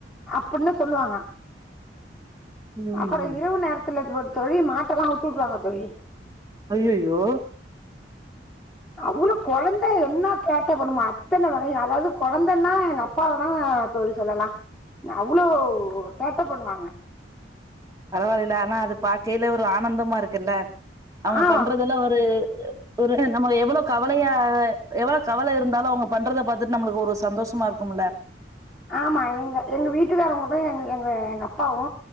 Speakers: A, in the centre; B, on the right (about 20°).
A: அப்புன்னு சொல்லுவாங்க
B: ம்,
A: அப்பறோ
B: ம்.
A: இரவு நேரத்துல தோழி மாட்டல்லா அவுத்துட்ருவாங்க தோழி
B: அய்யய்யோ
A: அவ்ளோ கொழந்த என்னா சேட்ட பண்ணுமா அத்தன வகயு அதாது கொழந்தன்னா எங்க அப் அப்பாவதா தோழி சொல்லலா அவ்ளோ சேட்ட பண்ணுவாங்க
B: பரவாயில்லலே ஆனா அது பாக்கையில ஒரு ஆனந்தமா இருக்குல்ல அவுங்க
A: ஆ
B: பண்றதெல்லா ஒரு ஒரு நம்ம எவ்ளோ கவலையா எவ்ளோ கவல இருந்தாலு அவுங்க பண்றத பாத்துட்டு நம்மளுக்கு ஒரு சந்தோஷமா இருக்கும்ல
A: ஆமா எங்க எங்க வீட்டுக்காரவங்களு எங்க எங்க எங்க அப்பாவு